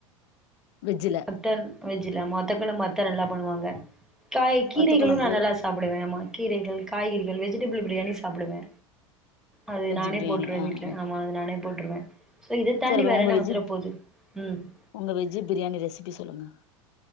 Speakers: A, on the left; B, in the centre.
A: வெஜ்ஜில
B: ல வெஜ்ஜில வத்த கொழம்பு அத்த நல்லா பண்ணுவாங்க காய் கீரைகளு
A: வத்த கொழம்பு
B: நா நல்லா சாப் சாப்படுவ ஆமா கீரைகள் காய்கறிகள் வெஜிடேபுள் பிரியாணி சாப்டுவ அது
A: வெஜ்
B: நானே
A: பிரியாணி
B: போட்ருவ
A: ஆ
B: வீட்ல
A: ஆ
B: ஆமா அது நானே போட்டுருவ சோ இததாண்டி
A: சரி அப்ப
B: வேற
A: உங்க
B: என்ன
A: வெஜ்ஜு
B: வந்துறபோது ம்
A: உங்க வெஜ்ஜி பிரியாணி ரெசிபி சொல்லுங்க